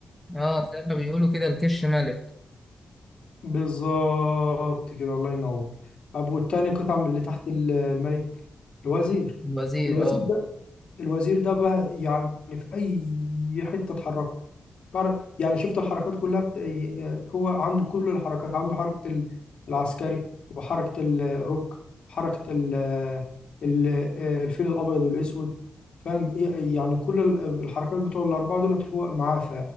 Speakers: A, in the centre; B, on the left (about 55°).
A: اه زي ما بيقولوا كده الكش ملك
B: بالظبط كده الله ينور أبو التاني قطعة من اللي تحت ال- الملك الوزير
A: الوزير
B: الوزير
A: اه
B: الوزير ده بقى يعني في اي حته اتحركه طار- يعني شفت الحركات كلها بت... هو عنده كل الحركات عنده حركه ال- العسكري وحركه ال- الروك حركه ال... ال- الفيل الابيض والاسود فاهم ي- يعني كل ال- الحركات بتوع الاربعه دولت هو معاه ف...